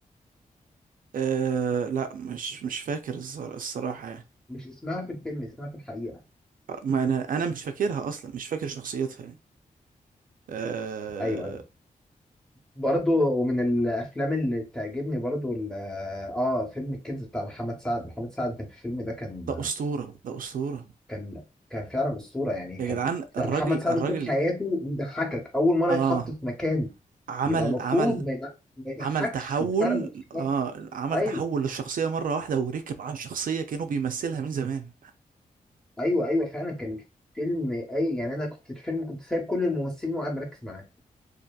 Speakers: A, on the right; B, in the centre.
A: أه لا مش مش فاكر الصرا- الصراحة يعني
B: مش اسمها في الفيلم اسمها في الحقيقه
A: آه، ما أنا أنا مش فاكرها أصلا مش فاكر شخصيتها يعني أه
B: ايوه ايوه برضه من الافلام اللي بتعجبني برضه ال- اه فيلم الكنز بتاع محمد سعد محمد سعد كان في الفيلم ده كان
A: ده أسطورة ده أسطورة
B: كان كان فعلا اسطوره يعني
A: يا
B: كان
A: جدعان
B: لأن
A: الراجل
B: محمد سعد
A: الراجل
B: طول حياته بيضحكك اول مره
A: اه
B: يتحط في مكان
A: عمل
B: يبقى المفروض
A: عمل
B: ما يضح- ما يضحكش
A: عمل تحول
B: وفعلا ما يضحكش
A: اه عمل
B: ايوه
A: تحول للشخصية مرة واحدة وركب على الشخصية كانوا بيمثلها من زمان
B: ايوه ايوه فعلا كان الفيلم اي يعني انا كنت الفيلم كنت سايب كل الممثلين وقاعد مركز معاه